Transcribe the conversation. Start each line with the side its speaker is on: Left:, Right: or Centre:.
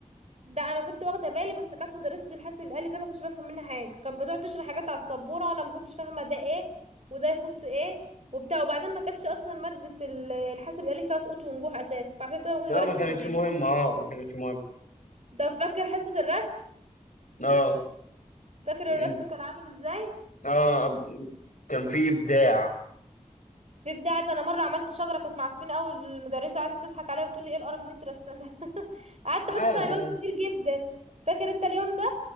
Right: ده انا كنت واخده بالي بس كانت مدرسه الحاسب الآلي ده ما كنتش بفهم منها حاجه كانت بتقعد تشرح حاجات على السبوره وانا ما كنتش فاهمه ده ايه وده يخص ايه وبتاع وبعدين ما كانتش اصلا ماده ال- الحاسب الآلي فيها سقوط ونجوح اساسا فعشان كده ما كنتش
Left: لا
Right: بركز
Left: ما كانتش
Right: معاها
Left: مهمة اه ما كانتش مهمة
Right: طب فاكر حصه الرسم
Left: اه
Right: فاكر
Left: م-
Right: الرسم كان عامل ازاي
Left: اه كان في إبداع
Right: في ابداع ده انا مره عملت شجره كانت معفنه قوي المدرسه قعدت تضحك عليا وتقول لي ايه القرف اللي انت رسمه ده <laughs> قعدت
Left: عادي
Right: احط فيها الوان
Left: عادي
Right: كتير جدا فاكر انت اليوم ده